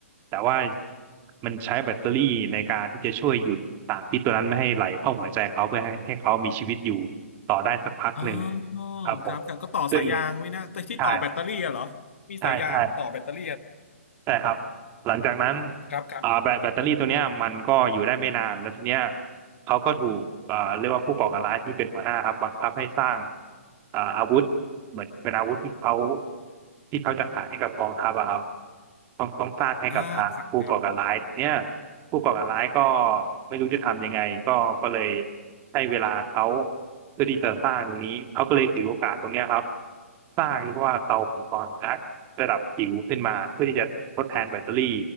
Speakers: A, on the right; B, on the left.
A: แต่ว่ามันใช้แบตเตอรี่ในการที่จะช่วยหยุดสารพิษตัวนั้นไม่ให้ไหลเข้าหัวใจเขาเพื่อให้ให้เขามีชีวิตอยู่ต่อได้สักพักหนึ่ง
B: อ๋อครับครับก็ต่อสายยางไวินะแต่ที่ต่อแบตเตอรี่อะเหรอมีสายยางต่อแบตเตอรี่อะ
A: ครับผมซึ่งใช่ใช่ใช่ ใช่ครับ
B: อืม
A: หลังจากนั้น
B: ครับครับ
A: อ่าแบตแบตเตอรี่ตัวเนี้ยมันก็อยู่ได้ไม่นานแล้วทีเนี้ยเขาก็ถูกอ่าเรียกว่าผู้ก่อการร้ายที่เป็นหัวหน้าครับบังคับให้สร้างอ่าอาวุธเหมือนเป็นอาวุธที่เขาที่เขาจะขายให้กับกองทัพอะครับต้องต้องสร้างให้กับทางผู้ก่อการร้ายทีเนี้ย
B: อ่าครับครับ
A: ผู้ก่อการร้ายก็ไม่รู้จะทำยังไงก็ก็เลยให้เวลาเขาเพื่อที่จะสร้างตรงนี้เขาก็เลยถือโอกาสตรงเนี้ยครับสร้างเรียกว่าเตาปิงปองครับ ระดับจิ๋วขึ้นมาเพื่อที่จะทดแทนแบตเตอรี่